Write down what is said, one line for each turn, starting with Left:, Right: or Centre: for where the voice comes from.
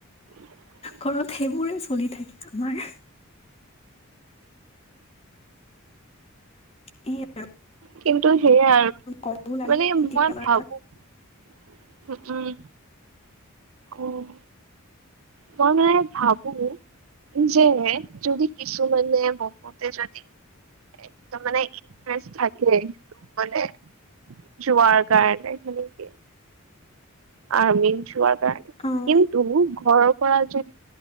Right: <inaudible>
Left: ঘৰত সেইবোৰে চলি থাকে আমাৰ। হেয়া।
Right: কিন্তু সেয়াই আৰু,
Left: কবও লাগে
Right: মানে মই
Left: কেতিয়াবা
Right: ভাবোঁ। উম, উম, অ'। মই মানে ভাবোঁ। যে যদি কিছুমানে বহুতে যদি একদম মানে ইম্প্ৰেছ থাকে যাবলে। যোৱাৰ কাৰণে, সেনেকে অৰ্মিত যোৱা।
Left: অ
Right: কিন্তু ঘৰৰ পৰা যদি